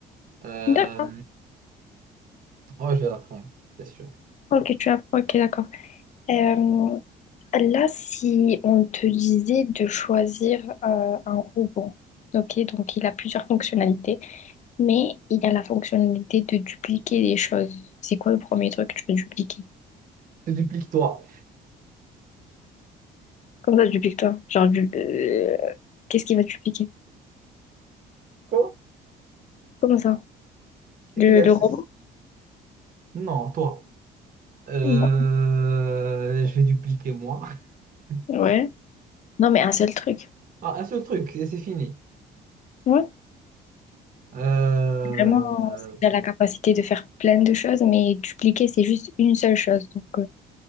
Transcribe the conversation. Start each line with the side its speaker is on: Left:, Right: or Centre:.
Right: Euh,
Left: d'accord.
Right: ouais, je vais la prendre, c'est sûr.
Left: Ok, tu apprends, ok, d'accord. Euh, là, si on te disait de choisir euh, un robot, ok, donc il a plusieurs fonctionnalités, mais il a la fonctionnalité de dupliquer des choses. C'est quoi le premier truc que tu veux dupliquer?
Right: Tu dupliques toi.
Left: Comme ça, tu piques toi. Genre, du... euh, qu'est-ce qui va te piquer?
Right: Quoi?
Left: comme ça?
Right: C'est
Left: Le,
Right: quel exercice?
Left: le robot?
Right: Non, toi. Euh,
Left: Non.
Right: je vais dupliquer moi. <laughs>
Left: Ouais. Non, mais un seul truc.
Right: Ah, un seul truc, et c'est fini.
Left: Ouais.
Right: Euh,
Left: Vraiment, tu as la capacité de faire plein de choses, mais dupliquer, c'est juste une seule chose. Donc,